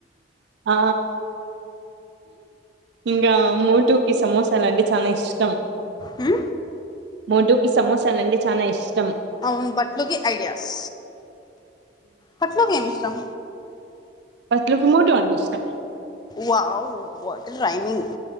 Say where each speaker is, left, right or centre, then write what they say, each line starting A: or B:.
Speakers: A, on the right; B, on the left.
A: ఆ ఇంకా మోటుకి సమోసాలంటే చనా ఇష్టం
B: హు
A: మోటోకి సమోసాలంటే చాలా ఇష్టం
B: అవును పట్లోకి ఐడియాస్ పట్లోకి ఏమి ఇష్టం
A: పట్లు కీ మోటు అంటే ఇష్టం
B: హావ్ వాట్ ఏ రైమింగ్